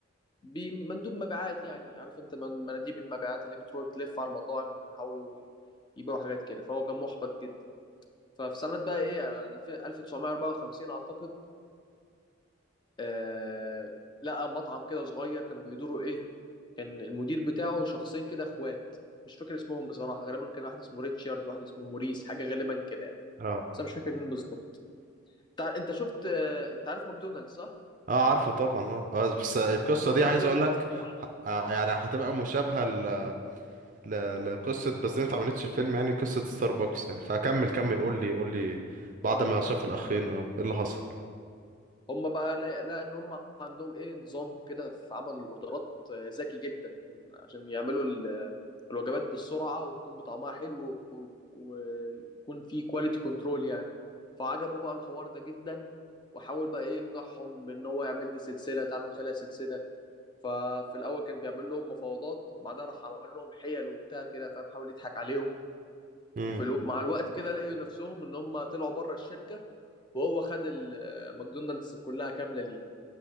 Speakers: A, on the left (about 20°); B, on the right (about 40°).
A: بمندوب مبيعات يعني عارف أنت من- مناديب المبيعات اللي بتروح تلف على المطاعم بيحاولوا يبيعوا حاجات كده فهو كان محبط جدا ففي سنة بقى ايه الف- 1954 اعتقد آه لقى مطعم كده صغير كانوا بيدوروا ايه كان المدير بتاعه شخصين كده اخوات مش فاكر اسمهم بصراحة غالبا كان واحد اسمه ريتشارد وواحد اسمه موريس حاجة غالبا كده يعني
B: اه
A: بس انا مش فاكر مين بالظبط انت ع- انت شفت آه، انت عارف ماكدونالدز صح؟
B: اه عارفه طبعا اه آه، بس القصه
A: هم
B: دي
A: بقى
B: عايز
A: دول
B: اقول
A: المؤسسين
B: لك
A: تحت
B: آه، يعني هتبقى مشابهه ل... ل... لقصه بس دي ما اتعملتش في فيلم يعني قصه ستاربكس يعني فكمل كمل قول لي قول لي بعد
A: طبعا
B: ما شاف
A: اه
B: الاخين
A: طب
B: اه ايه اللي حصل
A: هم بقى لا لا ان هم عندهم ايه نظام كده في عمل الاوردرات آه، ذكي جدا عشان يعملوا ال- الوجبات بالسرعة وتكون بطعمها حلو ويكون في كواليتي كنترول يعني فعجبه بقى الحوار ده جدا وحاول بقى ايه يقنعهم بان هو يعمل دي سلسله تعالوا نخليها سلسله ففي الاول كان بيعمل لهم مفاوضات وبعدها راح عمل لهم حيل وبتاع كده فاهم حاول يضحك عليهم
B: امم
A: وفي الوب مع الوقت كده لقوا نفسهم ان هم طلعوا بره الشركه وهو خد ال- ماكدونالدز كلها كامله ليه